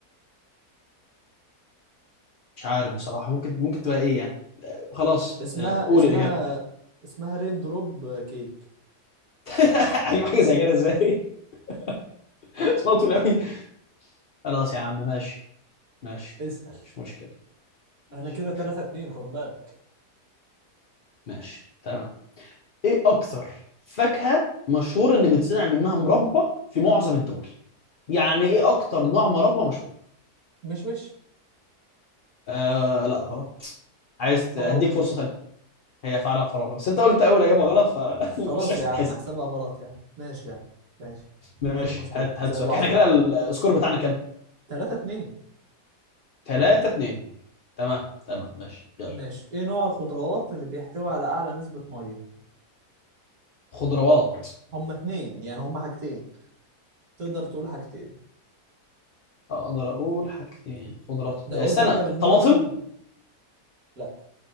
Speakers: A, on the left; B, on the right.
A: مش عارف بصراحة ممكن ممكن تبقى إيه يعني خلاص
B: اسمها
A: أه قول
B: اسمها
A: الإجابة
B: اسمها رين دروب كيك
A: <laughs> <applause> هجيب حاجة زي كده إزاي <laughs> <applause> اسمها طويل أوي خلاص يا عم ماشي ماشي
B: اسأل
A: مش مشكلة ماشي
B: انا كده 3 2 خد بالك
A: ماشي تمام إيه أكتر فاكهة مشهور إن بتصنع منها مربى في معظم الدول يعني ايه اكتر نوع مربى مشهور
B: مش مش
A: آه لا غلط عايز ت-
B: طراولة
A: اديك فرصه ثانيه هي فعلا فراوله بس انت قلت اول اجابه غلط فمش
B: خلاص
A: <laughs> هتتحسب
B: يا عم احسبها غلط يا عم ماشي يا عم ماشي
A: ماشي
B: مفيش مشكلة
A: هات هات
B: زي
A: سؤال
B: بعضه
A: احنا كده
B: يا عم
A: ال- السكور بتاعنا كام
B: تلاتة اتنين
A: 3 2 تمام تمام ماشي يلا
B: ماشي ايه نوع الخضروات اللي بيحتوي على اعلى نسبة مية
A: خضروات
B: هما اتنين يعني هما حاجتين تقدر تقول حاجتين
A: اقدر اقول حاجتين خضروات
B: لو
A: آه،
B: قلت
A: استنى
B: حاجة منهم
A: طماطم
B: لا